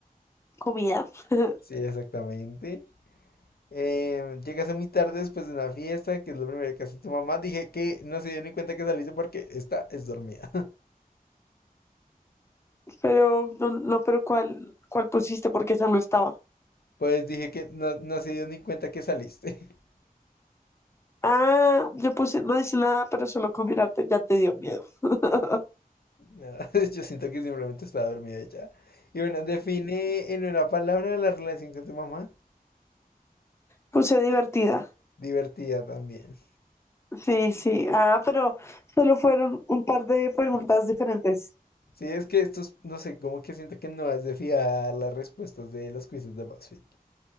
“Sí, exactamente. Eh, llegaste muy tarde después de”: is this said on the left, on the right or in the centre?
Left